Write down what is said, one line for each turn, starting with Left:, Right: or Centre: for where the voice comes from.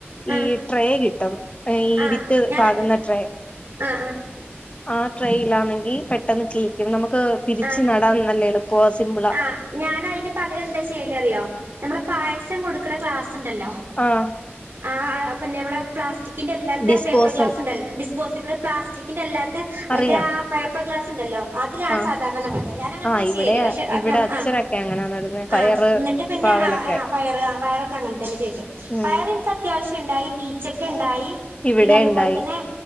Right: ആഹ്
Left: ഈ ട്രേ കിട്ടും ഈ
Right: ആഹ്
Left: വിത്ത്
Right: ഞാൻ
Left: പാകുന്ന ട്രേ-
Right: ആഹ് ആഹ്
Left: ആഹ് ട്രെയിലാണെങ്കിൽ പെട്ടെന്ന് ക് നമുക്ക് പിരിച്ച്
Right: ആഹ്
Left: നടാൻ നല്ല എളുപ്പ സിമ്പിൾ-
Right: ആഹ് ഞാനതിന് പകരം എന്താ ചെയ്യല് അറിയോ നമ്മ പായസം കൊടുക്കണ ക്ലാസ് ഉണ്ടല്ലോ?
Left: ആഹ്-
Right: ആഹ് പിന്നെ നമ്മെ പ്ലാസ്റ്റിക്കിന്റെ അല്ലാത്ത
Left: ഡിസ്പോസൽ
Right: പേപ്പർ ഗ്ലാസ് ഉണ്ടല്ലോ ഡിസ്പോസിബിൾ പ്ലാസ്റ്റിക് ന്റെ അല്ലാത്ത അതിന്റെ
Left: അറിയാം
Right: ആഹ് പേപ്പർ ഗ്ലാസ് ണ്ടല്ലോ അതിലാണ്
Left: ആ
Right: സാധാരണ മജ ഞാൻ അങ്ങനത്തെ
Left: ആ ഇവിടെ
Right: ചെയ്യല് പക്ഷെ
Left: ഇവിടെ അച്ഛനൊക്കെ
Right: ആഹ്
Left: അങ്ങനാ നടന്ന പയറ്
Right: ആഹ് എന്നിട്ട് പിന്നെ
Left: പാവലൊക്കെ
Right: ആ പയറ് ആ പയറൊക്കെ അങ്ങനെ തന്നെ ചെയ്ത്
Left: <unintelligible>
Right: പയർ എനക്ക് അത്യാവശ്യണ്ടായി പീച്ചക്കെ ണ്ടായി
Left: ഇവിടെ
Right: പിന്നെ അതുപോലെ
Left: ഇണ്ടായി
Right: തന്നെ